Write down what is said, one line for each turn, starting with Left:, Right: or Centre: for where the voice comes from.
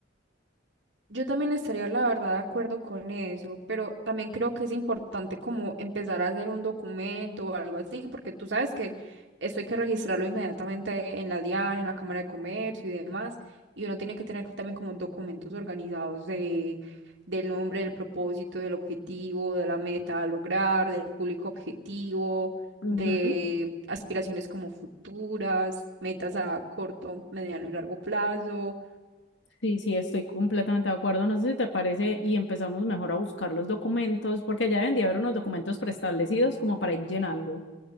Right: Yo también estaría, la verdad, de acuerdo con eso, pero también creo que es importante como empezar a hacer un documento o algo así, porque tú sabes que esto hay que registrarlo inmediatamente en la DIAN, en la Cámara de Comercio y demás, y uno tiene que tener también como documentos organizados de, del nombre, del propósito, del objetivo, de la meta a lograr, del público objetivo,
Left: Ujú.
Right: de aspiraciones como futuras, metas a corto, mediano y largo plazo.
Left: Sí, sí, estoy completamente de acuerdo. No sé si te parece y empezamos mejor a buscar los documentos, porque ya deben de haber unos documentos preestablecidos como para ir llenando.